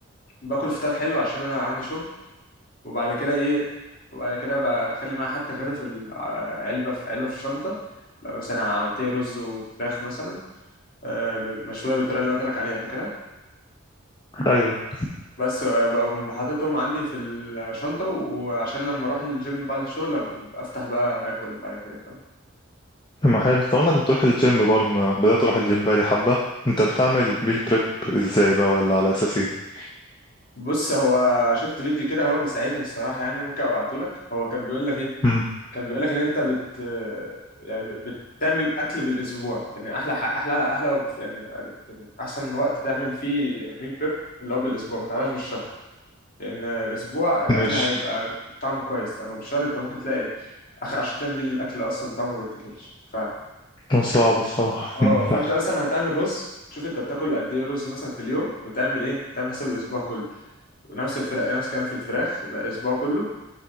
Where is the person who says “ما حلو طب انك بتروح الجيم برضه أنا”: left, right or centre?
Left